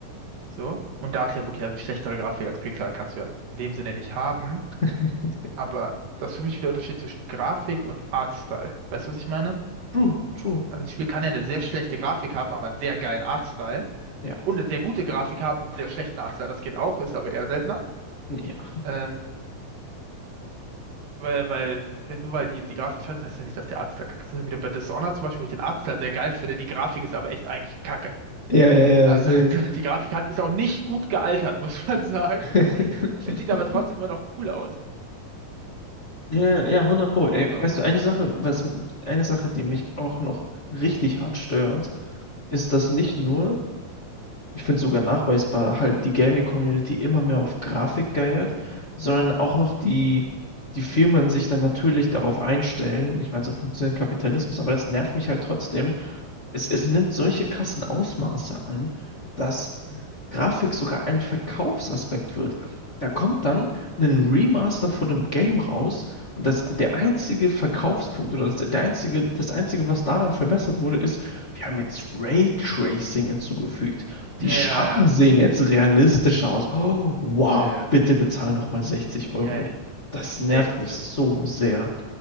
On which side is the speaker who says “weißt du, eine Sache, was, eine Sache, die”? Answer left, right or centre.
Left